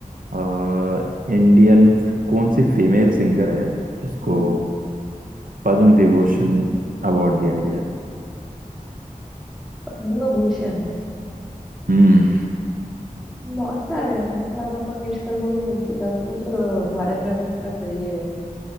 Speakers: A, on the right; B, in the centre.
A: अ, इंडियन फ- कौन सी फीमेल सिंगर है जिसको
B: हम्म
A: पद्म विभूषण अवार्ड दिया गया है?
B: पद्म भूषण
A: हम्म
B: बहुत सारे हैं लता मंगेशकर को भी मिल चुका है उसको तो र- भारत रत्न तक गई है वो